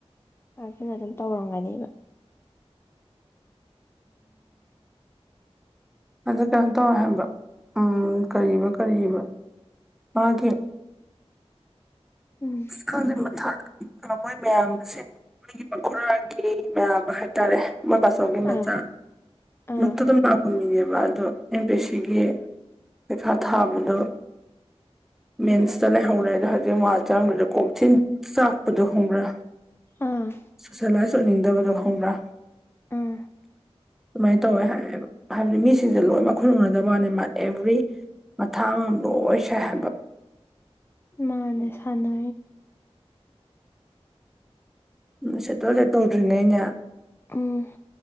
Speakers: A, on the left; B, in the centre.
A: ꯑꯗꯨꯅ ꯑꯗꯨꯝ ꯇꯧꯔꯝꯒꯅꯦꯕ
B: ꯑ ꯀꯩꯅꯣ ꯇꯧ ꯍꯕ ꯎꯝ ꯀꯔꯤꯕ ꯀꯔꯤꯕ ꯃꯥꯒꯤ
A: ꯎꯝ
B: ꯈꯪ ꯃꯊ ꯃꯣꯏ ꯃꯌꯥꯝ ꯑꯁꯤ ꯃꯣꯏꯒꯤ ꯃꯈꯔꯥꯒꯤ ꯃꯌꯥꯝꯕ ꯍꯥꯏꯇꯥꯔꯦ ꯃꯄꯁꯣꯒꯦ ꯃꯖꯥ
A: ꯑꯥ ꯑꯥ
B: ꯅꯨꯛꯇꯗꯝ ꯃꯥꯄꯣꯟ ꯃꯤ ꯑꯗꯨ ꯑꯦꯝ ꯄꯤ ꯁꯤꯒꯤ ꯄꯩꯈꯥ ꯊꯥꯕꯗꯣ ꯃꯦꯟꯁꯇ ꯂꯩꯍꯧꯔꯦ ꯑꯗꯣ ꯍꯧꯖꯤꯛ ꯋꯥ ꯆꯥꯡꯕꯗ ꯀꯣꯛꯆꯤꯟ ꯆꯥꯛꯄꯗꯣ ꯍꯧꯕ꯭ꯔꯥ
A: ꯑꯥ
B: ꯁꯣꯁꯦꯂꯥꯏꯁ ꯑꯣꯏꯅꯤꯡꯗꯕꯗꯣ ꯈꯪꯕ꯭ꯔꯥ
A: ꯑꯥ
B: ꯑꯗꯨꯃꯥꯏꯅ ꯇꯧꯋꯦ ꯍꯥꯏꯌꯦꯕ ꯍꯥꯏꯕꯗꯤ ꯃꯤꯁ ꯁꯤꯁ ꯂꯣꯏ ꯃꯈꯨꯟ ꯎꯅꯗꯕ ꯋꯥꯅꯤ ꯃꯥ ꯑꯦꯚ꯭ꯔꯤ ꯃꯊꯥꯡ ꯑꯃ ꯂꯣꯏ ꯁꯥꯏ ꯍꯥꯏꯕ
A: ꯃꯥꯅꯦ ꯁꯅ
B: ꯎꯝ ꯁꯦꯠꯇꯣꯦ ꯇꯧꯗ꯭ꯅꯦꯩꯅ
A: ꯎꯝ